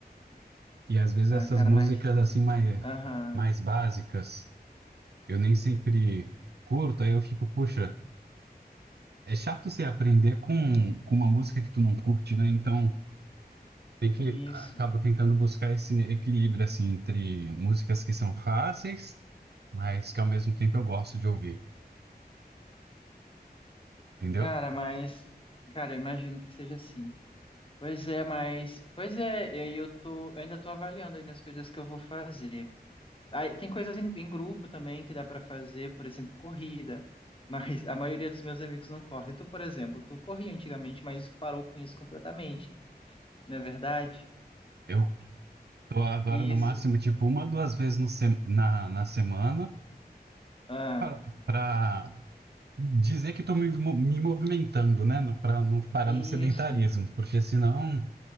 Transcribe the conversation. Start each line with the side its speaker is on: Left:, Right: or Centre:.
Right: E às vezes
Left: Ah,
Right: essas
Left: cara,
Right: músicas
Left: mas.
Right: assim mais,
Left: Aham,
Right: mais básicas, eu nem sempre curto, aí eu fico, puxa, é chato você aprender com, com uma música que tu não curte, né? Então. Tem que
Left: isso.
Right: acabo tentando buscar esse equilíbrio assim entre músicas que são fáceis, mas que ao mesmo tempo eu gosto de ouvir, entendeu?
Left: Cara, mas. Cara, eu imagino que seja assim. Pois é, mas. Pois é, e aí eu tô. eu ainda tô avaliando aí nas coisas que eu vou fazer. Aí, tem coisas em, em grupo também que dá pra fazer, por exemplo, corrida. <laughs> Mas a maioria dos meus amigos não corre. Tu, por exemplo, tu corria antigamente, mas parou com isso completamente, não é verdade?
Right: Eu tô agora
Left: Isso.
Right: no máximo tipo uma, duas vezes no sem- na, na semana
Left: Ah,
Right: pra pra dizer que tô me, mo- me movimentando, né? No- Pra não parar
Left: isso.
Right: no sedentarismo, porque senão